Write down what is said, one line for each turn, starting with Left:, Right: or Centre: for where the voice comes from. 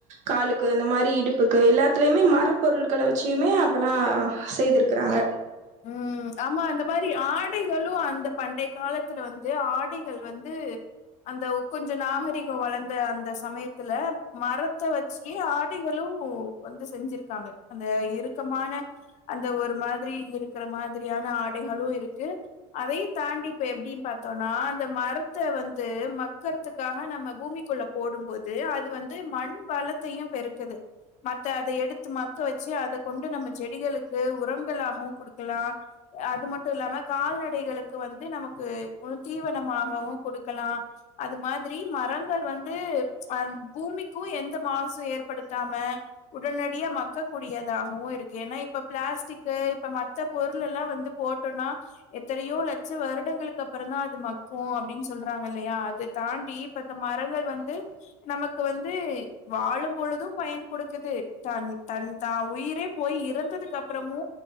Right: காலுக்கு இந்த மாதிரி இடுப்புக்கு எல்லாத்துலயுமே மரப்ப பொருட்கள வச்சியுமே அப்பல்லாம் செய்திருக்கறாங்க
Left: உம் ஆமா அந்த மாதிரி ஆடைகளு அந்த பண்டை காலத்துல வந்து ஆடைகள் வந்து அந்த கொஞ்சோ நாகரிகோ வளர்ந்த அந்த சமயத்துல மரத்த வச்சியே ஆடைகளு வந்து செஞ்சிருக்காங்க அந்த இறுக்கமான அந்த ஒரு மாதிரி இரு இருக்கிற மாதிரியான ஆடைகளும் இருக்கு அதையும் தாண்டி இப்ப எப்டினு பாத்தோம்னா நா அந்த மரத்த வந்து மக்கரத்துகாக நம்ம பூமிக்குள்ள போடும்போது அது வந்து மண் வளத்தையும் பெருக்குது மத்த அத எடுத்து மக்க வெச்சு அதை கொண்டு நம்ம செடிகளுக்கு உரங்களாகும் க்குலாம் அது மட்டும் இல்லாம கால்நடைகளுக்கு வந்து நமக்கு உள் தீவனமாகவும் கொடுக்கலாம் அது மாதிரி மரங்கள் வந்து அஹ பூமிக்கும் எந் மாசு ஏற்படுத்தாம உடனடி மக்கக்க கூடியதாகவும் இருக்கு ஏன்னா இப்ப பிளாஸ்டிக்கு இப்ப மத் மத்த பொருள் எல்லாம் வந்து போட்டோன்னா எத்தனயோ லட்சோ வருடங்களுக்கு அப்பற தான் அது மக்கும் அப்படின்னு சொ சொல்றாங்க இல்லயா அத தாண்டி இப்ப இந்த மரங்கள் வந்து நமக்கு க்கு வந்து வாழும் பொழுதும் பயன் கொடுக்குது தன் தன் தான் உயிரே போய் இறந்ததுக்கு அப்புறமு